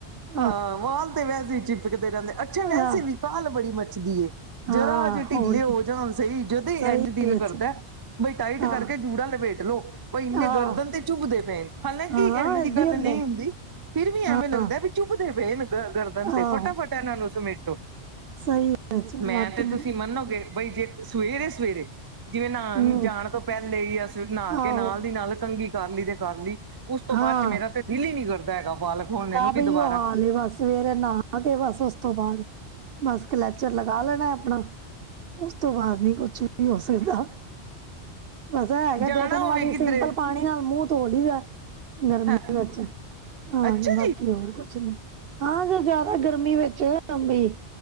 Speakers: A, on the right; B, on the right.
A: ਹਾਂ,
B: ਆਹ,
A: ਵਾਲ ਤੇ ਵੈਸੇ ਚਿਪਕਦੇ ਰਹਿੰਦੇ, ਅੱਛਾ ਵੈਸੇ
B: ਆਹ,
A: ਵੀ, ਕਾਲ ਬੜੀ ਮੱਚਦੀ
B: ਹਾਂ
A: ਜਰਾ ਅਜੇ, ਢਿੱਲੇ
B: ਹੋਰ
A: ਹੋ
B: ਕੀ
A: ਜਾਣ ਸਹੀ, ਜਦੇ
B: ਸਹੀ
A: ਇੰਝ ਦਿਲ
B: ਵਿੱਚ
A: ਕਰਦਾ ਬਈ ਟਾਈਟ
B: ਆ
A: ਕਰਕੇ, ਜੂੜਾ ਲਪੇਟ ਲਓ, ਬਈ ਇੰਨੇ
B: ਆ
A: ਗਰਦਨ ਤੇ ਝੁਬਦੇ ਪਏ ਹਾਲਾਂ
B: ਹਾਂ
A: ਕਿ, ਐਵੇਂ
B: ਏਦਾਂ
A: ਦੀ ਗੱਲ
B: ਹੀ ਹੁੰਦਾ
A: ਨਹੀਂ
B: ਹੈ।
A: ਹੁੰਦੀ, ਫਿਰ ਵੀ ਐਵੇਂ
B: ਹਾਂ
A: ਲੱਗਦਾ ਵੀ ਵੇਲ ਗਰਦਨ ਤੇ,
B: ਆਹੋ
A: ਫਟਾਫਟਾ ਨਾਨੂੰ ਉਸ ਸੁਮੇਟੋ
B: ਸਹੀ ਵਿੱਚ
A: ਮੈਂ
B: ਵਾਕਿਮ
A: ਤੇ ਤੁਸੀਂ, ਮੰਨੋਗੇ ਬਈ, ਜਿਹੜੀ ਰਸੋਈ ਐ ਸਵੇਰੇ ਜਿਵੇਂ ਨਹਾਉਣ
B: ਹੂੰ
A: ਜਾਣ ਤੋਂ ਪਹਿਲੇ, ਹੀ ਅਸੀ ਨਹਾ
B: ਆਹੋ
A: ਕੇ ਨਾਲ ਦੀ ਨਾਲ, ਕੰਘੀ, ਕਰ ਲਈ ਤੇ ਕਰ ਲਈ ਉਸ ਤੋਂ
B: ਹਾਂ
A: ਬਾਅਦ ਚ, ਮੇਰਾ ਤੇ ਦਿਲ ਹੀ ਨੀ ਕਰਦਾ ਹੈਗਾ, ਵਾਲ ਖੋਲਣੇ ਨੂੰ
B: ਬ
A: ਵੀ ਦੁਬਾਰਾ
B: ਉਹਹ ਚ ਬਸ ਸਵੇਰੇ ਨਾ ਤੇ, ਬਸ ਉਸ ਤੋਂ ਬਾਅਦ ਬਸ ਕਲੱਚਰ, ਲਗਾ ਲੈਣਾ ਆਪਣਾ ਉਸ ਤੋਂ ਬਾਅਦ, ਨਈ ਕੁਛ ਵੀ ਹੋ ਸਕਦਾ ਬਸ ਐ ਹੈਗਾ,
A: ਜਾਣਾ
B: ਦੋ- ਤਿੰਨ ਵਾਰੀ
A: ਹੋਵੇ ਕਿੱਧਰੇ
B: ਸਿੰਪਲ ਪਾਣੀ, ਨਾਲ ਮੂੰਹ ਤੋਲ ਹੀ ਦਾ ਗਰਮੀ
A: ਹਾਂ
B: ਵਿੱਚ, ਹਾਂ
A: ਅੱਛਾ
B: ਤੇ ਬਾਕੀ
A: ਜੀ
B: ਹੋਰ ਕੁਛ ਨਈ ਹਾਂ, ਜੇ ਜ਼ਿਆਦਾ ਗਰਮੀ ਵਿੱਚ <unintelligible> ਬਈ